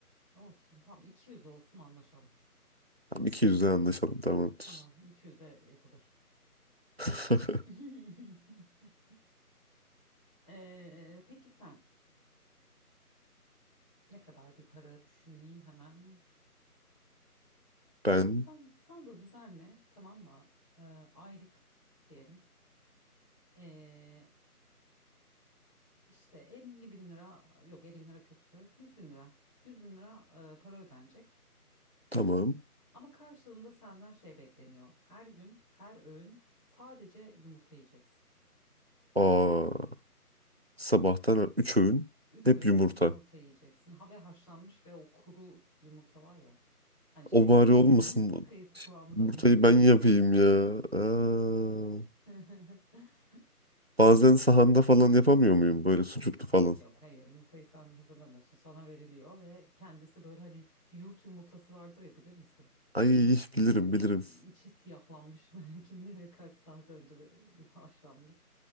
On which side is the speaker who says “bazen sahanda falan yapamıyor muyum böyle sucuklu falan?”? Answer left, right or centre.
Right